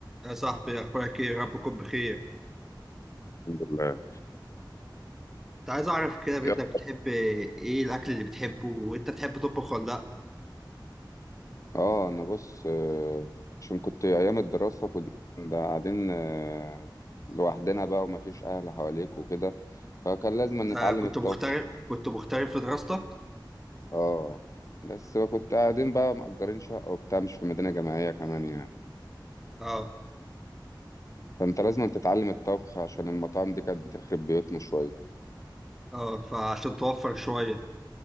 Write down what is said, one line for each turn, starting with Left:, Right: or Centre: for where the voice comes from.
Centre: يا صاحبي اخبارك ايه رب تكون بخير
Left: الحمد لله
Centre: كنت عايز اعرف كده منك
Left: يلا.
Centre: بتحب ايه الاكل اللي بتحبه وانت بتحب تطبخ ولا لا
Left: اه انا بص آه، عشان كنت ايام الدراسه كنا قاعدين آه، لوحدنا بقى ومفيش اهل حواليك وكده فكان لازم نتعلم
Centre: آه كنت
Left: الطبخ
Centre: مغترب كنت مغترب في دراستك
Left: اه بس كنت قاعدين بقى مأجرين شقه وبتاع مش في مدينه جامعيه كمان يعني
Centre: اه
Left: فانت لازم تتعلم الطبخ عشان المطاعم دي كانت بتخرب بيوتنا شويه
Centre: اه فعشان توفر شويه